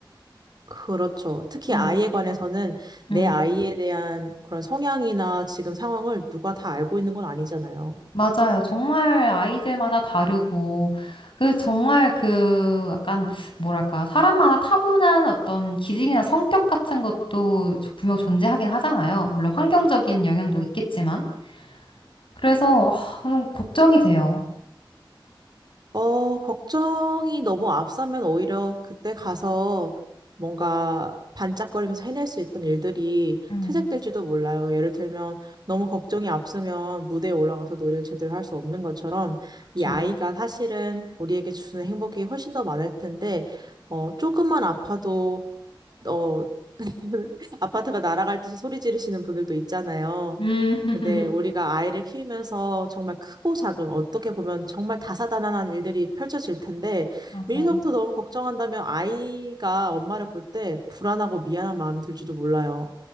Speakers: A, on the right; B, on the left.
A: 그렇죠. 특히
B: 음.
A: 아이에 관해서는 내
B: 음.
A: 아이에 대한 그런 성향이나 지금 상황을 누가 다 알고 있는 건 아니잖아요.
B: 맞아요. 정말 아이들마다 다르고, 그 정말 그 약간 뭐랄까, 사람마다 타고난 어떤 기질이나 성격 같은 것도 분명 존재하긴 하잖아요. 물론 환경적인 영향도 있겠지만. 그래서, 아, 너무 걱정이 돼요.
A: 어, 걱정이 너무 앞서면 오히려 그때 가서 뭔가 반짝거리면서 해낼 수 있던 일들이
B: 음,
A: 퇴색될지도 몰라요. 예를 들면 너무 걱정이 앞서면 무대에 올라가서 노래를 제대로 할 수 없는 것처럼
B: 그쵸.
A: 이 아이가 사실은 우리에게 주는 행복이 훨씬 더 많을 텐데, 어, 조금만 아파도, 어, <laughs> 아파트가 날아갈 듯이 소리 지르시는 분들도 있잖아요.
B: 음. <laughs>
A: 근데 우리가 아이를 키우면서 정말 크고 작은 어떻게 보면 정말 다사다난한 일들이 펼쳐질 텐데
B: 맞아요.
A: 미리서부터 너무 걱정한다면 아이가 엄마를 볼 때 불안하고 미안한 마음이 들지도 몰라요.